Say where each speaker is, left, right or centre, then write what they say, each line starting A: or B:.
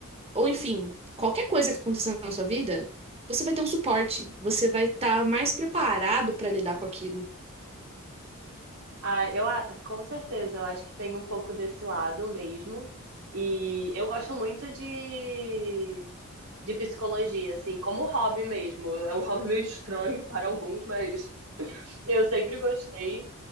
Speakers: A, on the right; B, on the right.
A: ou enfim, qualquer coisa que aconteça na sua vida, você vai ter um suporte, você vai estar mais preparado para lidar com aquilo.
B: Ah, eu a- com certeza, eu acho que tem um pouco desse lado mesmo. E eu gosto muito de de psicologia, assim, como hobby mesmo. É um hobby meio estranho para alguns, mas <laughs> eu sempre gostei.